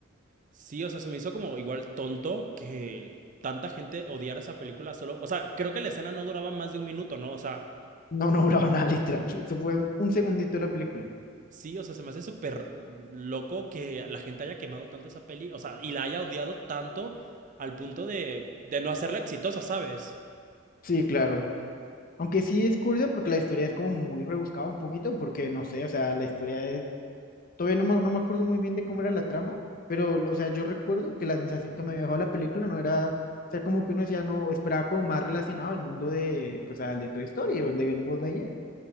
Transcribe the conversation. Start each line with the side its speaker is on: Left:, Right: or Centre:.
Right: Sí, o sea, se me hizo como igual tonto que tanta gente odiara esa película solo. O sea, creo que la escena no duraba más de un minuto, ¿no? O sea,
Left: No, no duraba <laughs> nada, literal. Eso fue un, un segundito de la película.
Right: Sí, o sea, se me hace súper loco que la gente haya quemado tanto esa peli, o sea, y la haya odiado tanto al punto de, de no hacerla exitosa, ¿sabes?
Left: Sí, claro. Aunque sí es curiosa porque la historia es como muy rebuscada un poquito, porque no sé, o sea, la historia es... Todavía no me, no me acuerdo muy bien de cómo era la trama, pero, o sea, yo recuerdo que la sensación que me dejó la película no era... O sea, como que uno decía, no, esperaba como más relacionado al mundo de, pues, al de Toy Story, donde viene Buzz Lightyear.